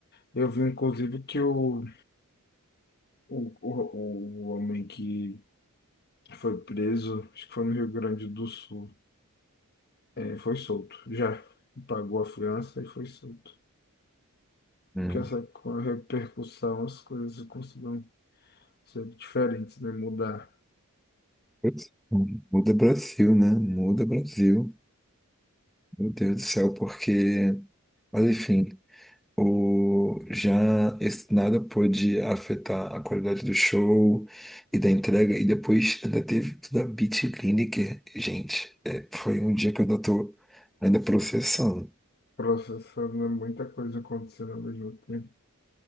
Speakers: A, on the left; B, in the centre.
A: Eu vi, inclusive, que o, o, o, o homem que Foi preso, acho que foi no Rio Grande do Sul. É, foi solto, já. Pagou a fiança e foi solto.
B: Hum.
A: Porque essa com a repercussão, as coisas conseguiram ser diferentes, né? Mudar.
B: Putz, Muda Brasil, né? Muda Brasil. Meu Deus do céu, porque. Mas enfim. O, já esse nada pôde afetar a qualidade do show e da entrega, e depois ainda teve tudo a beat Bitliniker. Gente, é, foi um dia que eu ainda tô ainda processando.
A: Processando né? muita coisa acontecendo ao mesmo tempo.